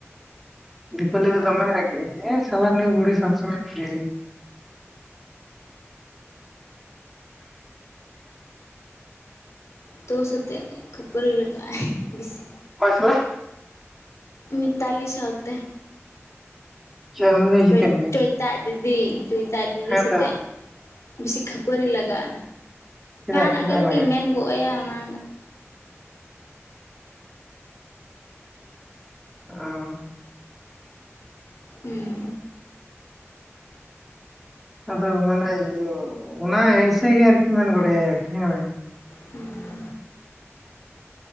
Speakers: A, in the centre; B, on the left.
A: ᱫᱤᱯᱟᱞᱤ ᱫᱚᱢᱮ ᱨᱟᱜᱤᱜ-ᱟᱭ ᱞᱟᱹᱭᱟᱭ ᱥᱟᱞᱟ ᱱᱩᱭ ᱵᱩᱲᱤ ᱥᱚᱵᱽᱥᱚᱢᱚᱭ ᱤᱭᱟᱹᱭ
B: ᱛᱚ ᱥᱚᱛᱮᱜ ᱠᱷᱟᱹᱯᱟᱹᱨᱤ ᱞᱟᱜᱟᱜᱼᱟᱭ ᱵᱤᱥᱤ
A: ᱚᱠᱚᱭ ᱥᱟᱞᱟᱜ
B: ᱢᱤᱛᱟᱞᱤ ᱥᱟᱶᱛᱮ᱾
A: ᱪᱮ ᱩᱱᱤ ᱫᱚᱭ
B: ᱪᱚᱭ
A: ᱪᱤᱠᱟᱹᱱ ᱜᱮᱭᱟ
B: ᱪᱚᱭᱛᱟ ᱟᱡ ᱫᱤᱫᱤ ᱪᱚᱭᱛᱟ ᱟᱡ ᱫᱤᱫᱤ
A: ᱦᱮᱸ
B: ᱥᱚᱛᱮᱜ
A: ᱛᱚ
B: ᱵᱤᱥᱤ ᱠᱷᱟᱹᱯᱟᱹᱨᱤ ᱞᱟᱜᱟᱜᱼᱟ᱾
A: ᱪᱮᱫᱟᱜ
B: ᱡᱟᱦᱟᱱᱟᱜ
A: ᱪᱮᱫᱟᱜ
B: ᱜᱮ ᱟᱨᱠᱤ
A: ᱞᱟᱜᱟᱜᱼᱟ
B: ᱢᱮᱱ ᱜᱚᱜ ᱟᱭᱟᱭ ᱚᱱᱟ
A: ᱚ
B: ᱦᱩᱸ
A: ᱟᱫᱚ ᱢᱟᱱᱮ ᱤᱭᱟᱹ ᱚᱱᱟ ᱮᱭᱥᱮ ᱜᱮ ᱟᱨᱠᱤ ᱢᱮᱱ ᱵᱟᱰᱟᱭᱟ ᱟᱨᱠᱤ ᱦᱮᱸᱵᱟᱝ
B: ᱦᱩᱸ